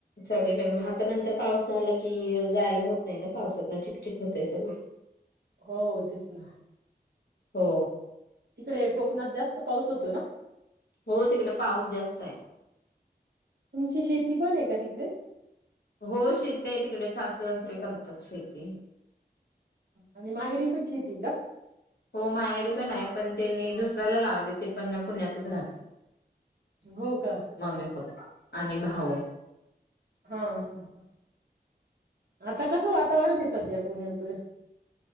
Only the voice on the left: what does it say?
सगळीकडून आता नंतर पाऊस झाला की जायला होत नाही ना पावसात ना चिकचिक होते सगळ
हो
हो तिकडे पाऊस जास्त ये
हो शेेतिय आहे तिकडे सासू सासरे करतात शेती
हो माहेरी पण आहे पण त्यांनी दुसऱ्याला लावले ते पण पुण्यातच राहतात
मम्मी पप्पा आणि भाऊ.